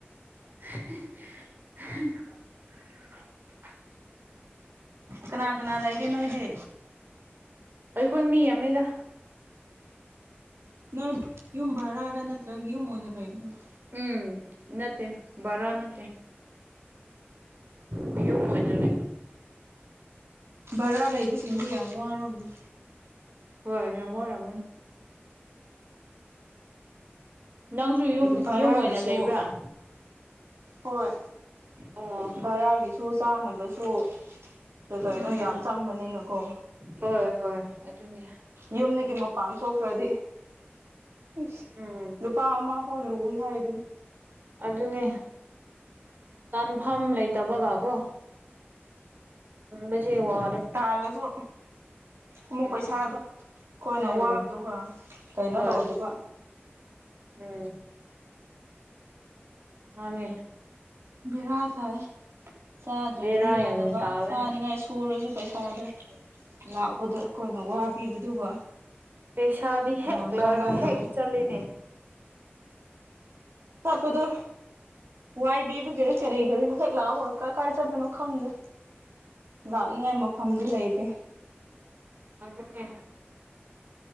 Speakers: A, on the right; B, on the right.
A: <inaudible>
B: ꯀꯅꯥ ꯀꯅꯥ ꯂꯩꯒꯦ ꯅꯣꯏꯗꯤ
A: ꯑꯩꯈꯣꯏ ꯃꯤ ꯑꯃꯒ
B: ꯅ ꯌꯨꯝ ꯔꯛꯔ ꯅꯠꯇ꯭ꯔꯒ ꯌꯨꯝ ꯑꯣꯏꯅ ꯂꯩꯕꯅ
A: ꯎꯝ ꯅꯠꯇꯦ ꯔ ꯅꯠꯇꯦ ꯄ ꯃꯖꯟ
B: ꯕꯔꯥ ꯂꯩꯕꯁꯤꯡꯗꯤ ꯌꯥꯝ ꯋꯥꯔꯝꯃꯤ
A: ꯍꯣꯏ ꯌꯥꯝꯃꯣꯔꯃꯣꯅꯤ ꯅꯪꯁꯨ ꯌꯨꯝ
B: ꯚꯔꯥꯒꯤꯁꯨ
A: ꯌꯨꯝ ꯑꯣꯏꯅ ꯂꯩꯕ꯭ꯔꯥ
B: ꯍꯣꯏ
A: ꯑꯣ
B: ꯚꯔꯥꯒꯤꯁꯨ ꯆꯥꯅꯕꯁꯨꯩ
A: ꯎꯝ
B: ꯀꯩꯅꯣ ꯌꯥꯝ ꯆꯥꯡꯕꯅꯤꯅꯀꯣ
A: ꯍꯣꯏ ꯍꯣꯏ ꯑꯗꯨꯅ
B: ꯌꯨꯝꯗꯒꯤ ꯃꯄꯥꯟ ꯊꯣꯛꯈ꯭ꯔꯗꯤ ꯁ
A: ꯎꯝ
B: ꯂꯨꯄꯥ ꯑꯃ ꯐꯥꯎ ꯂꯨꯏ ꯍꯥꯏꯗꯨꯣꯏꯅꯤ
A: ꯑꯗꯨꯅꯦ ꯇꯥꯟꯐꯝ ꯂꯩꯇꯕꯒ ꯀꯣ ꯍꯁꯦ ꯋꯥ
B: ꯇꯥꯂꯁꯨ ꯑꯃꯨꯛ
A: ꯎꯝ
B: ꯄꯩꯁꯥꯗꯣ ꯑꯩꯈꯣꯏꯅ
A: ꯎꯝ
B: ꯋꯥꯕꯗꯨꯒ ꯀꯩꯅꯣ
A: ꯍꯣꯏ
B: ꯇꯧꯗꯦꯕ
A: ꯎꯝ ꯃꯥꯅꯦ
B: ꯕꯤꯔꯥ ꯊꯥꯏ ꯆꯥꯗ꯭ꯔꯗꯤ
A: ꯕꯦꯔꯥ
B: ꯌꯥꯗꯕ
A: ꯌꯥꯝ ꯇꯥꯕꯅꯦ
B: ꯆꯥꯅꯤꯉꯥꯏ ꯁꯨꯔꯁꯨ ꯄꯩꯁꯥꯗ ꯂꯥꯛꯄꯗ ꯑꯩꯈꯣꯏꯅ ꯋꯥꯕꯤꯕꯗꯨꯒ
A: ꯄꯩꯁꯥꯗꯤ ꯍꯦꯛ
B: ꯌꯥꯝ
A: ꯂꯧꯔꯒ
B: ꯆꯥꯟꯅꯗꯕ
A: ꯍꯦꯛ ꯆꯠꯂꯤꯅꯦ
B: ꯇꯞꯄꯗꯨ ꯋꯥꯏꯕꯤꯕꯒꯦꯔ ꯀꯔꯤꯒꯔꯤ ꯍꯦꯛ ꯂꯥꯛꯑꯕ ꯀꯥꯏ ꯀꯥꯏ ꯆꯠꯄꯅꯣ ꯈꯪꯗꯦ ꯂꯥꯛꯅꯤꯡꯉꯥꯏ ꯃꯐꯝꯗꯤ ꯂꯩꯇꯦ
A: ꯑꯗꯨꯦ